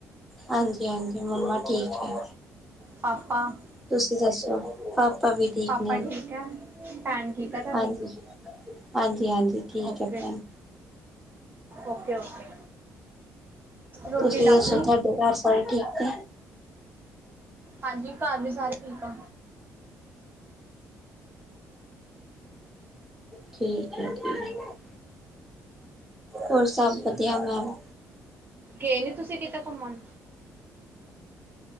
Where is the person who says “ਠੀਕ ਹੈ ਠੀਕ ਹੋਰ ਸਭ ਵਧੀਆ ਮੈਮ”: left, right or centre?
Centre